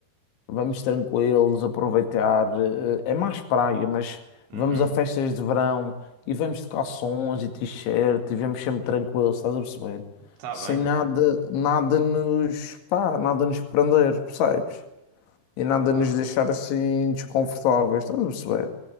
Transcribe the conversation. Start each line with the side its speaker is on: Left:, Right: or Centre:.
Left: vamos tranquilos, aproveitar, eh, é mais praia, mas
Right: uhum.
Left: vamos a festas de verão e vamos de calções e t-shirt e vamos sempre tranquilos, estás a perceber?
Right: Tá
Left: Sem
Right: bem.
Left: nada, nada nos, pá, nada nos prender, percebes? e nada
Right: Pá.
Left: nos deixar assim desconfortáveis, estás a perceber?